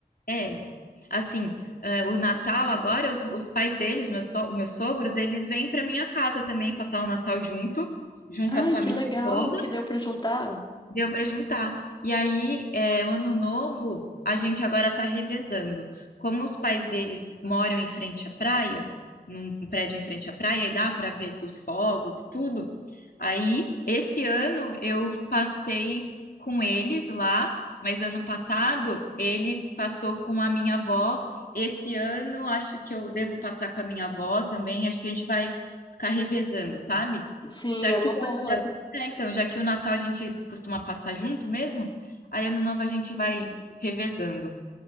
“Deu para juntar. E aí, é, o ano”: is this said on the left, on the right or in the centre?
Left